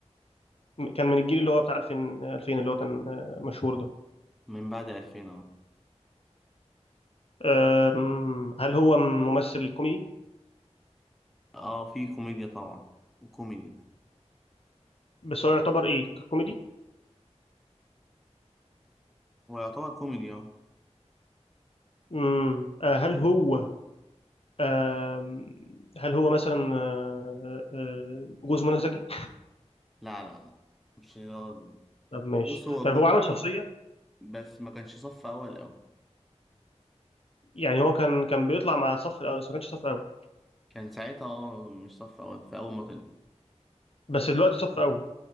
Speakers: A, on the left; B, in the centre.
A: م- كان من الجيل اللي هو بتاع 2000 2000 اللي هو كان آه، مشهور ده
B: من بعد ألفين اه
A: آم، هل هو ممثل كوميدي
B: اه في كوميديا طبعا وكوميدي
A: بس هو يعتبر ايه كوميدي
B: هو يعتبر كوميدي اه
A: مم، آه، هل هو آم، هل هو مثلا آه، آه، آه، جوز منى زكي
B: لا لا لا مش راجل
A: طب ماشي
B: بص هو
A: طيب
B: كوميدي
A: هو عمل شخصية
B: بس ما كانش صف أول أوي
A: يعني هو كان كان بيطلع مع صف الأول بس ما كانش صف أول
B: كان ساعتها اه مش صف أول في أول ما طلع
A: بس دلوقتي صف أول